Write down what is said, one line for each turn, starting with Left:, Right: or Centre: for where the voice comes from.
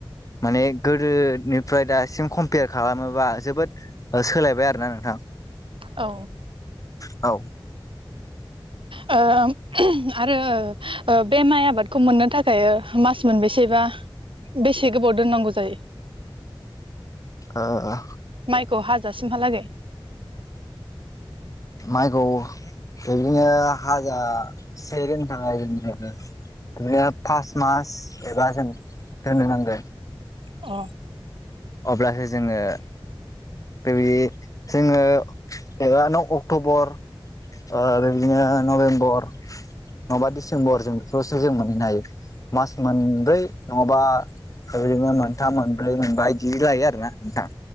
Left: माने गोदोनिफ्राय दासिम कम्पेयार खालामोबा जोबोद सोलायबाय आरो ना नोंथां।
Right: औ
Left: औ
Right: ओ आरो ओ बे माइ आबादखौ मोननो थाखाय मास मोनबेसे बा बेसे गोबाव दोननांगौ जायो?
Left: ओ-ओ
Right: माइखौ हाजासिमहालागै।
Left: माइखौ बिदिनो हाजा सेे <unintelligible> इदिनो फास मास एबा जों दोननो नांगोन।
Right: अ
Left: अब्लासो जोङो बेबायदि जोङो एबा न' अक्ट'बर ओ बेबादिनो नभेम्बर नङाबा डिसेम्बर जों बेखौसो जों मोनहैनो हायो। मास मोनब्रै नङाबा बेबादिनो मोनथाम मोनब्रै मोनबा बिदि लायो आरो ना नोंथां